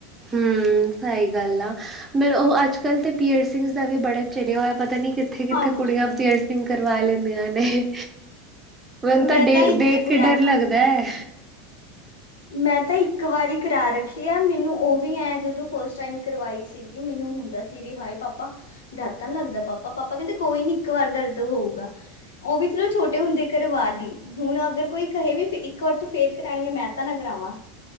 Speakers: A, on the right; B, on the left.
A: ਹੂੰ ਸਹੀ ਗੱਲ਼ ਆ ਮ ਉਹ ਅੱਜ ਕੱਲ੍ਹ ਤੇ ਪੀਅਰ ਸਿੰਘਜ਼ ਦਾ ਵੀ ਬੜਾਂ ਚਲਿਆਂ ਹੋਇਆਂ ਪਤਾਂ ਨੀ ਕਿੱਥੇ-ਕਿੱਥੇ
B: ਹਾਂਜੀ
A: ਕੁੜੀਆਂ ਪੀਅਰਸਿੰਗ ਕਰਵਾ ਲੈਂਦੀਆਂ ਨੇ ਮਨੂੰ ਤਾਂ
B: ਮੈਂ
A: ਡੇਖ-ਦੇਖ
B: ਇੱਕ
A: ਕੇ
B: ਮੈਂ
A: ਡਰ
B: ਤਾਂ
A: ਲੱਗਦਾ ਐ।
B: ਮੈਂ ਤਾਂ ਇੱਕ ਵਾਰੀ ਕਰਾਂ ਰੱਖੀ ਆ, ਮੈਂਨੂੰ ਉਹ ਵੀ ਐ ਜਦੋਂ ਫਸਟ ਟਾਇਮ ਕਰਵਾਈ ਸੀ ਕਿਉਂਗਿ ਮੈਂਨੂੰ ਹੁੰਦਾਂ ਸੀ ਵੀ ਹਾਏ ਪਾਪਾ ਡਰ ਤਾਂ ਨੀਂ ਲੱਗਦਾ ਪਾਪਾ-ਪਾਪਾ ਕਹਿੰਦੇ ਕੋਈ ਨੀ ਇੱਕ ਵਾਰ ਦਰਦ ਹੋਊਗਾ ਉਹ ਵੀ ਚਲੋਂ ਛੋਟੇ ਹੁੰਦੇ ਕਰਵਾ ਲਈ ਹੁਣ ਅਗਰ ਕੋਈ ਕਹੇ ਵੀ ਇੱਕ ਵਾਰ ਤੋਂ ਫਿਰ ਕਰਾਣੀ ਐ ਮੈ ਤਾ ਨਾ ਕਰਾਵਾ